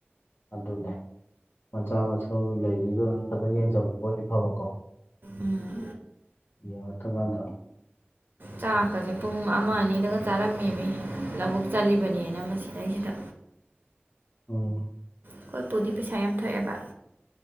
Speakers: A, on the left (about 65°); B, on the right (about 55°).
A: ꯑꯗꯨꯅꯦ ꯃꯆꯥ ꯃꯁꯨ ꯂꯩꯔꯤꯗꯨ ꯐꯖꯅ ꯌꯦꯡꯖꯟꯕꯤꯕ ꯑꯣꯏꯗꯤ ꯐꯕꯀꯣ
B: ꯎꯝ.
A: ꯌꯥꯔꯛꯇꯀꯥꯟꯗ
B: ꯆꯥꯛꯀꯥꯖꯦ ꯄꯨꯡ ꯑꯃ ꯑꯅꯤꯗꯒ ꯆꯥꯔꯝꯃꯦꯃꯤ ꯂꯕꯨꯛ ꯆꯠꯂꯤꯕꯅꯦꯅ ꯃꯁꯤꯗꯩꯁꯤꯗ
A: ꯎꯝ
B: ꯑꯩꯈꯣꯏꯄꯨꯗꯤ ꯄꯩꯁꯥ ꯌꯥꯝ ꯊꯣꯛꯑꯦꯕ